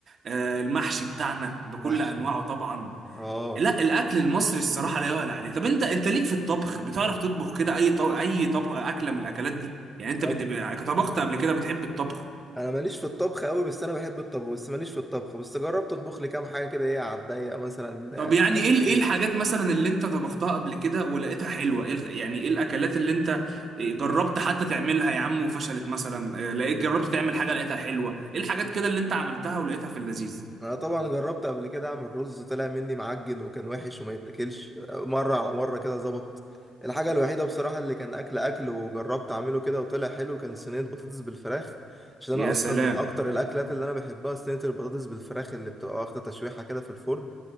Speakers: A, on the right (about 50°); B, in the centre.
A: آه المحشي بتاعنا بكل
B: محشي
A: انواعه طبعا
B: اه
A: لا الاكل المصري الصراحه لا يعلى عليه طب انت انت ليك في الطبخ بتعرف تطبخ كده اي طب... اي طبخ اكله من الاكلات دي يعني انت
B: انا
A: بت... طبخت قبل كده بتحب الطبخ
B: أنا ماليش في الطبخ قوي بس انا بحب الطبخ بس ماليش في الطبخ بس جربت اطبخ لي كام حاجه كده ايه على الضيق مثلا
A: طب
B: آه،
A: يعني
B: مش عارف
A: ايه ال-
B: ايه
A: ايه الحاجات مثلا اللي انت طبختها قبل كده ولقيتها حلوه ايه الخ- يعني ايه الاكلات اللي انت جربت حتى تعملها يا عم وفشلت مثلا آه، لقيت جربت تعمل حاجه لقيتها حلوه ايه الحاجات كده اللي انت عملتها ولقيتها في اللذيذ
B: انا طبعا جربت قبل كده اعمل رز طلع مني معجن وكان وحش وما يتاكلش مره على مره كده ظبط الحاجه الوحيده بصراحه اللي كان اكل اكل وجربت اعمله كده وطلع حلو كان صينيه بطاطس بالفراخ عشان
A: يا
B: انا اصلا
A: سلام
B: من اكتر الاكلات اللي انا بحبها صينيه البطاطس بالفراخ اللي بتبقى واخده تشويحه كده في الفرن